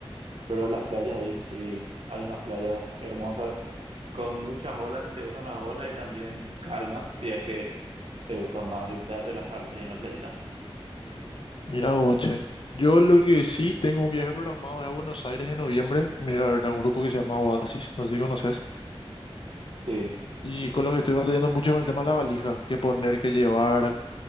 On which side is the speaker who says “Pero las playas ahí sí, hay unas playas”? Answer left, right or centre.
Right